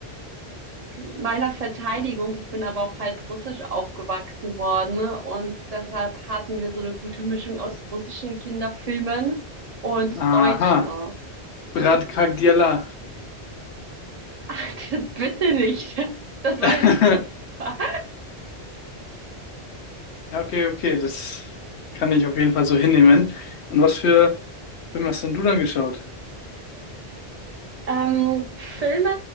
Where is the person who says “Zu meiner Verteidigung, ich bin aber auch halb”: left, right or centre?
Right